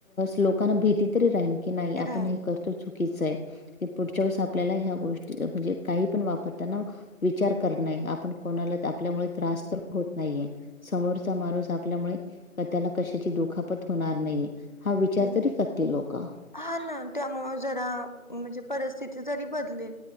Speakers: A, on the left; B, on the left.
A: लोकांना भीती तरी राहील की नाही
B: राहील
A: आपण हे करतो चुकीच आहे हे पुढच्या वेळेस आपल्याला ह्या गोष्टी म्हणजे काही पण वापरताना विचार कर नाही आपण कोणाला आपल्यामुळे त्रास होत नाहीये समोरचा माणूस आपल्यामुळे त्याला कशाची दुखापत होणार नाहीये हा विचार
B: हम्म
A: तरी करतील लोक
B: हा ना त्यामुळे जरा म्हणजे परिस्थिती जरी बदलेल